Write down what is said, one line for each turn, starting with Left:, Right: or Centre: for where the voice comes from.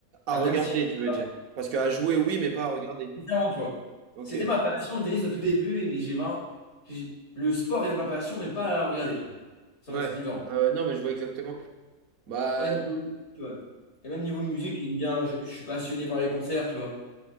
Right: À
Left: Ah, même
Right: regarder,
Left: si j'étais
Right: tu veux
Left: pas
Right: dire. Parce qu'à jouer, oui, mais pas à regarder.
Left: différent, tu vois.
Right: Ok.
Left: C'était ma passion, le tennis, au tout début, et- mais j'ai vraiment... j'ai- Le sport était ma passion, mais pas à regarder, tu vois. Ça,
Right: Ouais.
Left: C'est différent.
Right: Euh, non, mais je vois exactement. Bah,
Left: Ouais, niveau... tu vois. Et même niveau musique, j'aime bien, je, je suis passionné par les concerts, tu vois.